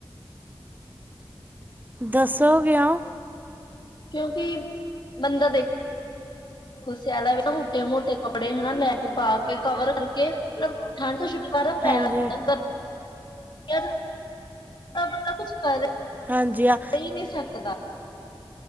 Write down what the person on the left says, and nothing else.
ਕਿਉਂਕਿ ਬੰਦਾ ਦੇਖ ਹੁਣ ਸਿਆਲਾ ਵੈ ਨਾ, ਮੋਟੇ ਮੋਟੇ ਕੱਪੜੇ ਹੈਨਾ ਲੈ ਕੇ, ਪਾ ਕੇ, ਕਵਰ ਕਰਕੇ ਮਤਲਬ ਠੰਡ ਤੋਂ ਛੁਟਕਾਰਾ ਪੈ,
ਅਧਰ ਜਾ ਤਾਂ ਬੰਦਾ ਕੁਛ ਕਰੇ
ਪੀ ਨਹੀਂ ਸਕਦਾ